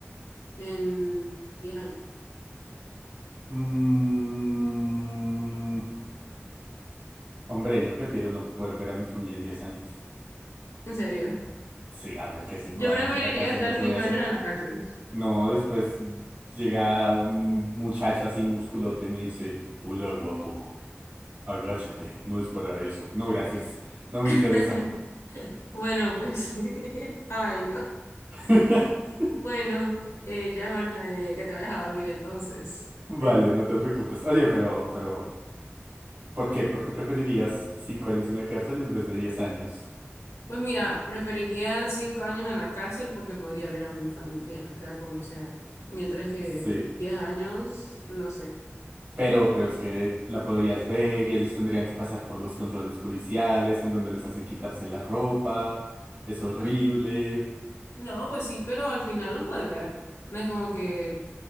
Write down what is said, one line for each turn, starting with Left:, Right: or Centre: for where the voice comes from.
Left: en 10 años.
Right: Mm, hombre, yo prefiero no poder ver a mi familia en 10 años.
Left: En serio.
Right: Sí, a ver,
Left: <laughs>
Right: que 5
Left: Yo
Right: años
Left: preferiría
Right: en la cárcel,
Left: estar
Right: ¿yo qué
Left: 5
Right: voy a hacer?
Left: años en la cárcel.
Right: No, después llega un muchacho así musculote y me dice, hola guapo, agáchate, no es para eso. No, gracias, no me
Left: <laughs>
Right: interesa.
Left: Bueno, pues. <laughs> Ay, no.
Right: <laughs>
Left: Bueno, eh, ya es hora de que te vayas a dormir entonces. Te-
Right: Vale, no te preocupes. Oye, pero, pero, ¿por qué? ¿Por qué preferirías cinco años en la cárcel en vez de diez años?
Left: Pues mira, preferiría 5 años en la cárcel porque podría ver a mi familia, o sea, como sea. Mientras que
Right: Sí.
Left: 10 años, no sé.
Right: Pero, pero es que la podrías ver y ellos tendrían que pasar por los controles policiales, en donde les hacen quitarse la ropa. Es horrible.
Left: Mm. No, pues sí, pero al final los puedes ver. No es como que